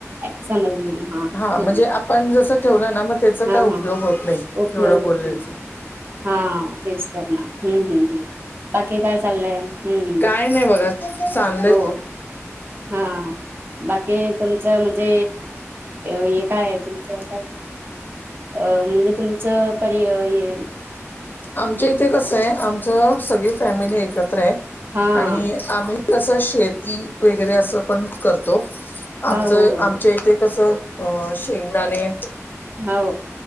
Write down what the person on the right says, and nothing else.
हा समजले मी हम्म
हा
हा
उपयोग
होत नाही हा तेच तर ना हम्म हम् हम् बाकी काय चाललंय. हम्म
हो हा <inaudible> बाकी तुमचं म्हणजे हे काय आहे तुमचं काय. अ म्हणजे तुमचं पर ये.
हा
हा
हो हो
हो.